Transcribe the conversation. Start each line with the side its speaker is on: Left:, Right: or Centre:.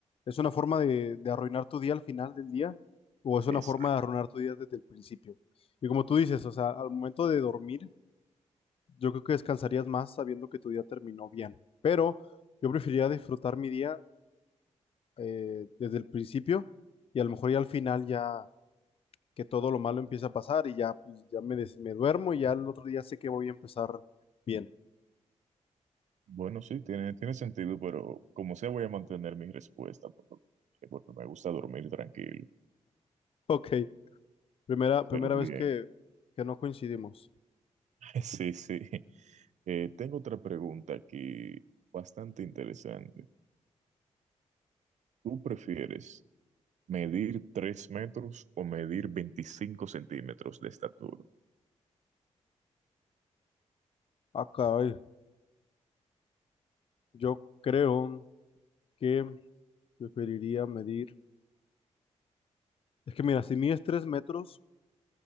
Left: es una forma de, de arruinar tu día al final del día o es
Right: Es
Left: una forma de arruinar tu día desde el principio. Y como tú dices, o sea, al momento de dormir, yo creo que descansarías más sabiendo que tu día terminó bien. Pero yo preferiría disfrutar mi día eh, desde el principio y a lo mejor ya al final ya que todo lo malo empieza a pasar y ya, pues, ya me, des- me duermo y ya el otro día sé que voy a empezar bien.
Right: Bueno, sí, tiene, tiene sentido, pero como sea, voy a mantener mi respuesta por lo que- porque me gusta dormir tranquilo,
Left: Ok, Primera, primera
Right: pero
Left: vez
Right: bien.
Left: que, que no coincidimos.
Right: <laughs> Sí, sí. Eh, tengo otra pregunta aquí bastante interesante. ¿Tú prefieres medir 3 metros o medir 25 centímetros de estatura?
Left: Ah, caray. Yo creo que preferiría medir. Es que mira, si mides tres metros,